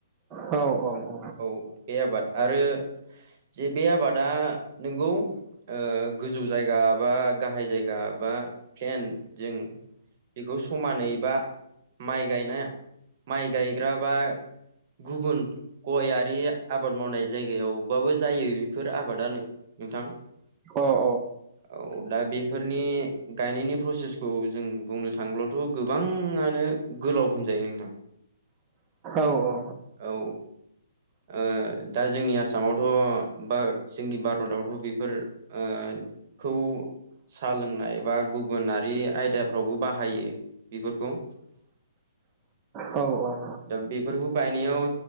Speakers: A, on the right; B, on the right.
A: औ औ
B: औ बे आबाद आरो जे बे आबादा नोंगौ ओ गोजौ जायगा बा गाहाय जायगा बा प्लेन जों बेखौ समानैबा माइ गायनाय माइ गायग्रा बा गुबुन गयारि आबाद मावनाय जायगायावबाबो जायो बेफोर आबादानो नोंथां
A: अ
B: औ दा बेफोरनि गायनायनि प्रसेसखौ जों बुंनो थांब्लाथ' गोबांङानो गोलाव होनजायो नोंथां
A: औ औ
B: औ ओ दा जोंनि आसामावथ' बा जोंनि भारतआवथ' बेफोर <unintelligible> सा लोंनाय बा गुबुनारि आयदाफ्रावबो बाहायो। बेफोरखौ
A: औ औ
B: दा बेफोरखौ गायनायाव